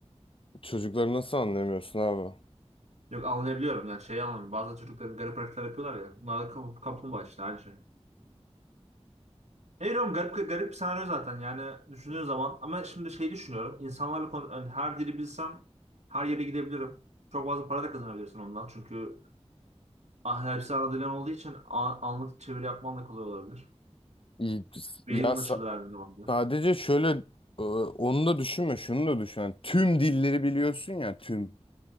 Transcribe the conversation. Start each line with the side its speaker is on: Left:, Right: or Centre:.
Left: çocukları nasıl anlamıyorsun abi?
Right: Yok anlayabiliyorum yani şeyi anlamıyorum. Bazen çocukların garip hareketler yapıyorlar ya. Bunlar da kap kaplumbağa işte aynı şey. Hayır oğlum garip, garip bir senaryo zaten yani düşündüğün zaman. Ama şimdi şey düşünüyorum. İnsanlarla konu yani her dili bilsem her yere gidebilirim. Çok fazla para da kazanabilirsin ondan. Çünkü hepsi ana dilin olduğu için a- anlık çeviri yapman da kolay olabilir.
Left: İyi,
Right: Beynin
Left: ya sa-
Right: açılır her zaman.
Left: sadece şöyle e, onu da düşünme, şunu da düşün. Yani tüm dilleri biliyorsun ya tüm.